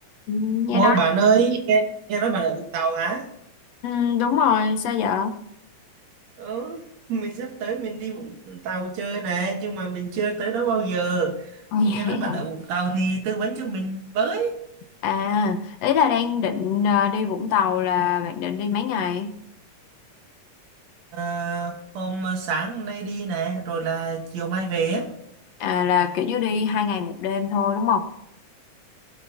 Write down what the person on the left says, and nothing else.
Ừ, nghe
nói
ừ, đúng rồi sao vậy Ồ,
vậy
hả?
<laughs>
à ý là đang định ờ, đi Vũng Tàu là bạn định đi mấy ngày
à là kiểu như đi hai ngày một đêm thôi đúng không